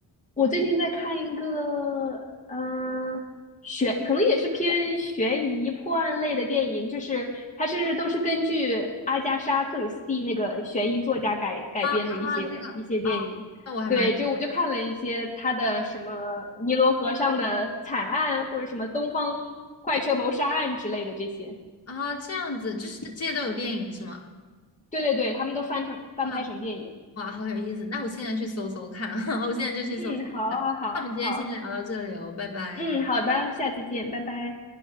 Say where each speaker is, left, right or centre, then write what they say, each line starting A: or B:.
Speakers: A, on the left (about 15°); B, on the left (about 35°).
A: 我最近在看一个，嗯、悬，可能也是偏悬疑破案类的电影，就是它是都是根据阿加莎·克里斯蒂那个悬疑作家改改编的一些一些电影。
B: 啊啊，这个，啊，那我还蛮
A: 对，就我就看了一些他的什么尼罗河上的惨案，或者什么东方快车谋杀案之类的这些。
B: 啊，这样子，就是这些都有电影是吗？
A: 对对对，他们都翻成翻拍成电影。
B: 啊。哇，好有意思！那我现在去搜搜看，<laughs> 我现在就去搜搜看。
A: 嗯，好，好，
B: 那我们今天先聊到这里哦，
A: 好，好，
B: 拜拜。
A: 嗯，好的，下次见，拜拜。